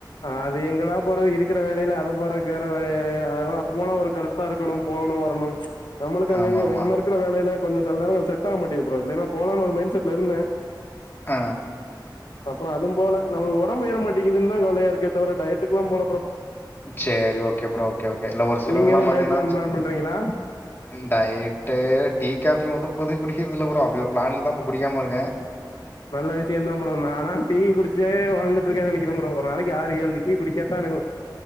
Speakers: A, on the left; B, on the left.
A: அது எங்கடா போறது இருக்கிற வேலைல அது போறக்கறனம் ஐய்யயோ அது போனா ஒரு கரெக்டா இருக் கனும் போணு வரணும் நம்மளுக்கு எங்கங்க
B: ஆமாமா.
A: ஒரு மாரி ருக்குற வேலைல கொஞ்சோ சில நேரங்கள் செட் ஆக மாட்டேங்குது ஃப்ரோ இல்லைனா போலான்னு ஒரு மைண்ட் செட்ல இருந்தே
B: ஆ
A: அப்றோ அதும் போல நம்ளுக்கு ஒடம்பு ஏற மாட்டேக்குதுன்னு தா கவலையாருக்கே தவிர டயட்டுக்குல்லா போல ஃப்ரோ
B: சேரி ஓகே ஃப்ரோ ஓகே ஓகே இல்ல ஒரு சிலவங்கல்லா
A: நீங்க எதுவு
B: பாத்தீங்ன்னா
A: டயட் பிளான் பிளான் பண்றீங்களா
B: டயட்டு டீ காஃபி மட்டு இப்போதைக்கு குடிக்குறது இல்ல ஃப்ரோ அப்டி ஒரு பிளான்ல தா இப்ப குடிக்காமருக்கே
A: நல்ல விஷயந்தா ப்ரோ நானா டீ குடிச்சே வளந்துட்ருக்கே நெனைக்கிறே ஃப்ரோ ஒரு நாளைக்கு ஆறு ஏழு டீ குடிச்சாத்தா எனக்கு